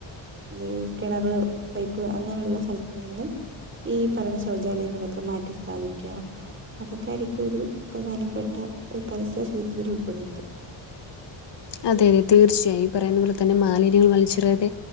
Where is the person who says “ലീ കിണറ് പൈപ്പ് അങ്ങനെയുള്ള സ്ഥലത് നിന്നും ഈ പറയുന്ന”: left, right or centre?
Right